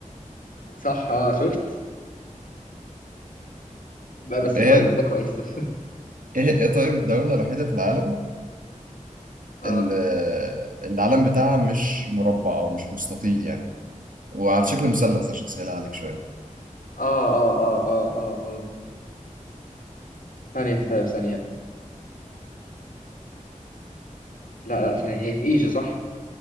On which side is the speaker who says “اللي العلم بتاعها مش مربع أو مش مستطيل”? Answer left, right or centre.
Right